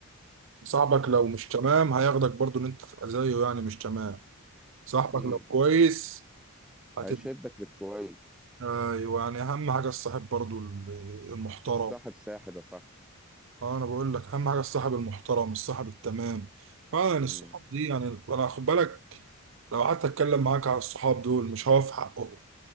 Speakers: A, on the right; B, in the centre.
A: صاحبك لو مش تمام هياخدك برضو ان انت تبقى زيه يعني مش تمام صاحبك
B: أكيد
A: لو كويس هتبقى
B: هيشدك للكويس
A: ايوه يعني اهم حاجه الصاحب برضو ال- المحترم
B: الصاحب ساحب يا صاحبي
A: اه انا بقول لك اهم حاجه الصاحب المحترم الصاحب التمام اه يعني
B: مم.
A: الصحاب دي يعني انا خد بالك لو قعدت اتكلم معاك على الصحاب دول مش هقف حقهم